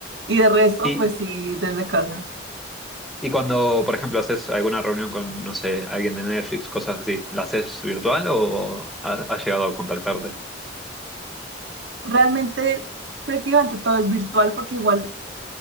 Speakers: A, on the right; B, in the centre.
A: Y de resto,
B: Y,
A: pues sí, desde casa.
B: y cuando, por ejemplo, haces alguna reunión con, no sé, alguien de Netflix, cosas así, ¿la haces virtual o ha- has llegado a contactarte?
A: Realmente, prácticamente todo es virtual porque igual